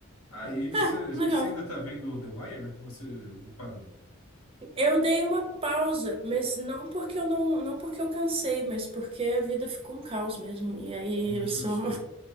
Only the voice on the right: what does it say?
é,
legal.
Eu dei uma pausa, mas não porque eu não, não porque eu cansei, mas porque a vida ficou um caos mesmo. E aí eu
só